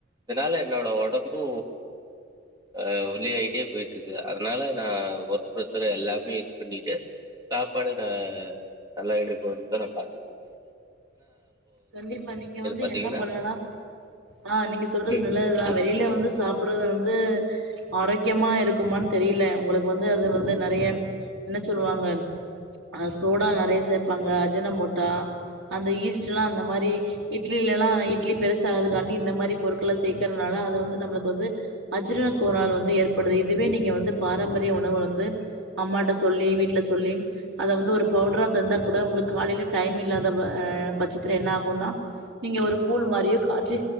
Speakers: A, on the right; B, on the right.
A: இதனால என்னோட ஒடம்பு அ ஒல்லி ஆய்ட்டே போய்ட்டு இருக்கு அதனால நா ஒர்க் ப்ரஷர் எல்லாமே இது பண்ணிட்டு சாப்பாடு நா நல்லா எடுக்குன்னு தா நா பாத்துட்டு இருக்கே
B: கண்டிப்பா நீங்க வந்து
A: பாத்தீங்கன்னா
B: என்ன பண்ணலா ஆ நீங்க சொல்றது
A: ம்
B: நல்லதுதா வெளில வந்து சாப் சாப்புடுறது வந்து ஆரோக்கியமா இருக்கும்மான்னு தெரியில உங்களுக்கு வந்து அது வந்து நறைய என்ன சொல்லுவாங்க அ சோடா நறைய சேப்பாங்க அஜின மோட்டா அந்த ஈஸ் அந்த மாரி இட்லிலலா இட்லி பெருசா ஆகறத்துக்காண்டி இந்த மாரி பொருட்கள சேக்கறனால அத வந்து நம்மளுக்கு வந்து அஜிரண கோளாறு வந்து ஏற்படுது இதுவே நீங்க வந்து பாரம்பரிய உணவு
A: ம்
B: வந்து அம்மாட்ட சொல்லி வீட்டுல சொல்லி அத வந்து ஒரு பவுட்ரா தந்தா கூட உங்களுக்கு காலையில டைம் இல்லாத ப பட் சத்ல என்னா ஆகும்ன்னா நீங்க ஒரு கூழ் மாரியே காச்சி